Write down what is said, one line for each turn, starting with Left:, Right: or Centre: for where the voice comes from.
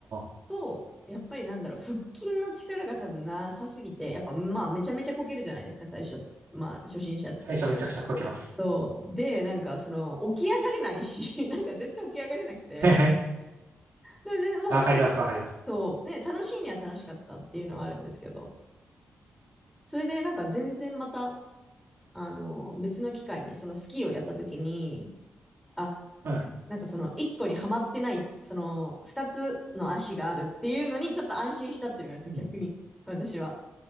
Right: あ、
Centre: と、やっぱりなんだろう、腹筋の力が多分なさすぎて、やっぱまあめちゃめちゃこけるじゃないですか、最初。まあ初心者って。
Right: 最初めちゃくちゃこけます。
Centre: そう。で、なんかその、起き上がれないし、<laughs> なんか全然起き上がれなくて。
Right: <laughs>
Centre: でも、でも、
Right: わかりますわかります。
Centre: そう、そうね、楽しいには楽しかったっていうのはあるんですけど。それでなんか全然また、あの、別の機会にそのスキーをやった時に、あ、
Right: はい。
Centre: なんかその一個にはまってない、その二つの足があるっていうのにちょっと安心したっていうのがあるんですよ、
Right: うん。
Centre: 逆に。私は。